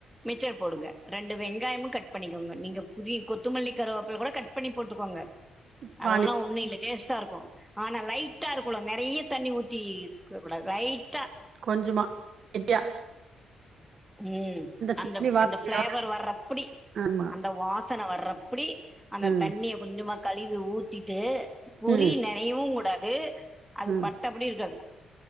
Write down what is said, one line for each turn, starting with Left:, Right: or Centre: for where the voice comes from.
Centre: மிச்சர் போடுங்க ரெண்டு வெங்காயமு கட் பண்ணிக்கோங்க நீங்க புதி கொத்தமல்லி கருவப்பல கூட கட் பண்ணி போட்டுக்கோங்க
Right: பானி
Centre: அதல்லா ஒன்னு இல்ல டேஸ்ட்டா இருக்கு ஆனா லைட்டா இருக்கலு நறைய தண்ணி ஊத்திஇருக்க கூடாது லைட்டா
Right: கொஞ்சமா கெட்டியா
Centre: ம் அந்த
Right: சட்னி வாசனையோட.
Centre: அந்த ஃபிளேவர் வர்றப்பிடி
Right: ஆமா.
Centre: அந்த வா சன வர்றப்பிடி அந்த
Right: ம்.
Centre: தண்ணிய கொஞ்சமா கழுவி ஊத்திட்டு புரி
Right: ம்.
Centre: ந னைவு கூடாது அது
Right: ம்.
Centre: பட்டபடி இருக்காது